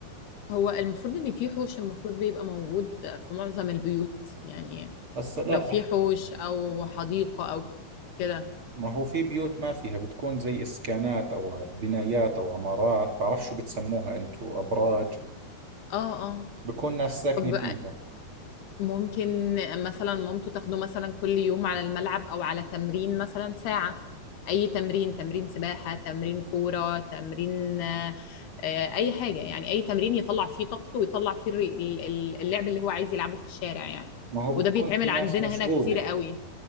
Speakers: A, on the left; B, on the right.
A: هو المفروض ان في حوش المفروض بيبقى موجود في معظم البيوت يعني
B: هسا لا
A: لو في حوش او حديقه او كده
B: ما هو في بيوت ما فيها بتكون زي اسكانات او ع- بنايات او عمارات بعرف شو بتسموها انتو ابراج
A: اه اه
B: بكون ناس ساكنة
A: طب
B: فيها
A: ممكن مثلا مامته تاخده مثلا كل يوم على الملعب او على تمرين مثلا ساعة اي تمرين تمرين سباحة تمرين كورة تمرين آه، آه، اي حاجة يعني اي تمرين يطلع فيه طاقته ويطلع فيه الري- ال- ال- اللعب اللي هو عايز يلعبه في الشارع يعني
B: ما هو بتكون
A: وده بيتعمل
B: في
A: عندنا
B: ناس مشغولة
A: هنا كتير قوي